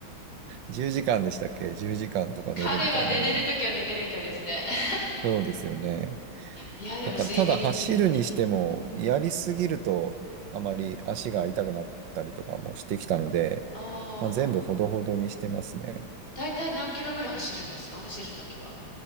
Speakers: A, on the right (about 65°); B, on the left (about 45°).
A: 10時間 <laughs> でしたっけ ?10 時間とか寝るみたいなね。
B: 彼は寝れるときは寝てるみたいですね。<laughs>
A: そうですよね。
B: いや、でも睡眠大事。
A: だからただ走るにしても、
B: うんうん。
A: やりすぎるとあまり足が痛くなったりとかもしてきたので、
B: ああ、
A: まあ、全部ほどほどにしてますね。
B: だいたい何キロぐらい走るんですか走るときは。